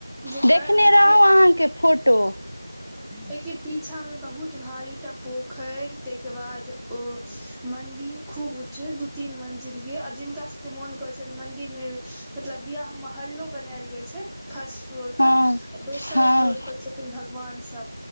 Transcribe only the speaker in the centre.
जेबै
अहाँके
ओईके पीछा मे बहुत भारीटा पोखरि ताहिके बाद ओ मंदिर खूब उच छै दू तीन मंजिल यै आओर जिनका सबके मोन करै छै मंदिर मे मतलब बियाह मोहल्लो बनायल गेल छै फर्स्ट फ्लोर
पर आ दोसर
फ्लोर पर छै भगवान सब